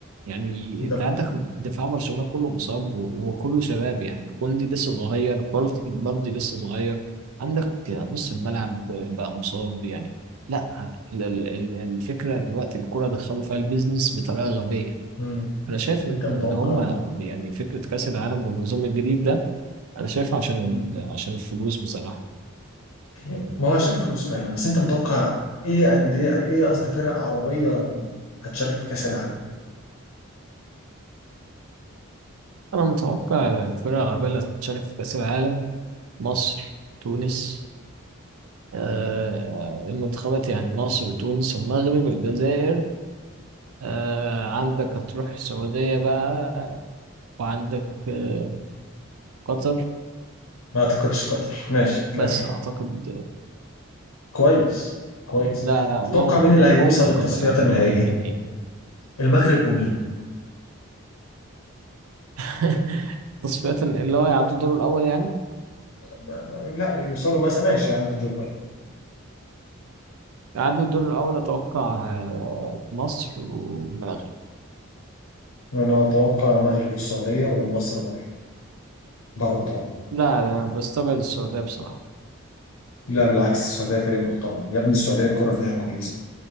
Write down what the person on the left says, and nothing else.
أنت
مم.
أنت متوقع
مم.
ما هو عشان الفلوس فعلا بس أنت متوقع إيه أندية إيه قصدي فرق عربية هتشارك في كأس العالم
ما أعتقدش قطر ماشي <laughs>
كويس كويس
تتوقع
مين اللي
هيوصل
للتصفيات
النهائية
المغرب ومين
ما- ما- لا يوصلوا مثلا ماشي يعدوا دور
انا اتوقع المغرب والسعوديه ومصر بره بره الدوري
لا بالعكس السعوديه فريق محترم يا ابني السعوديه الكره فيها كويسه